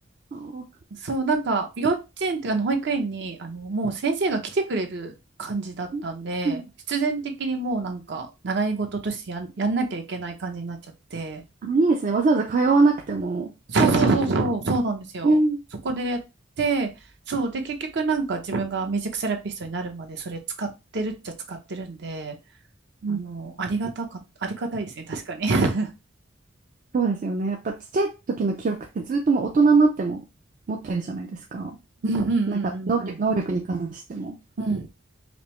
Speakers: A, on the right (about 40°); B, on the right (about 55°).
A: そ
B: そう、なんか、幼稚園っていうかあの保育園に、あの、もう先生が来てくれる感じだったんで、
A: ううん
B: 必然的にもうなんか、習い事としてやん、やんなきゃいけない感じになっちゃって、
A: あ、いいですね。わざわざ通わなくても、
B: そうそうそうそう、
A: 幼稚園で。
B: そうなんですよ。
A: ね
B: そこでやって、そう、で、結局なんか自分がミュージックセラピストになるまでそれ使ってるっちゃ使ってるんで、
A: うん
B: あの、ありがたか、ありがたいですね、確かに。<laughs>
A: そうですよね。やっぱちっちゃい時の記憶ってずっともう大人になっても持ってるじゃないですか。
B: うんうんうんうん
A: なんか能力、能力に関しても。
B: うん。うん、